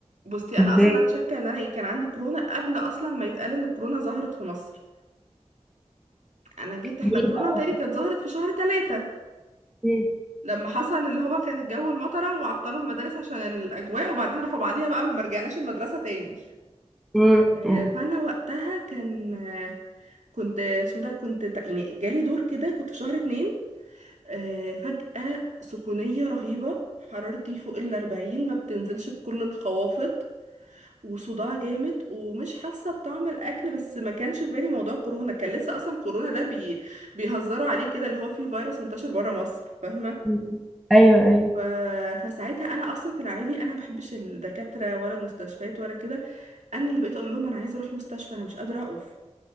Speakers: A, on the right; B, in the centre.
A: بصي انا
B: ازاي
A: اصلا انا شاكه ان انا إيه، كان عندي كورونا قبل اصلا ما يتقال ان الكورونا ظهرت في مصر انا جيت احنا
B: ليه
A: الكورونا
B: بقى
A: بتاعتي كانت ظهرت في شهر ثلاثة
B: ليه؟
A: لما حصل اللي هو كان الجو المطره وعطلوا المدارس عشان الاجواء وبعدين راحوا بعديها بقى ما رجعناش المدرسه تاني
B: مم.
A: آه، فانا وقتها كان آه، كنت اسمه ده كنت تق- يعني جالي دور كده كنت في شهر اتنين آه، فجأة سخونية رهيبة حرارتي فوق الأربعين ما بتنزلش بكل الخوافض وصداع جامد ومش حاسة بطعم الأكل بس ما كانش في بالي موضوع كورونا كان لسه أصلا كورونا ده بي بيهزروا عليه كده اللي هو فيه فيروس منتشر بره مصر فاهمة
B: مم. ايوه ايوه
A: ف... فساعتها انا اصلا في العادي انا ما بحبش الدكاتره ولا المستشفيات ولا كده انا اللي بقيت اقول لهم انا عايزه اروح مستشفى انا مش قادره اقف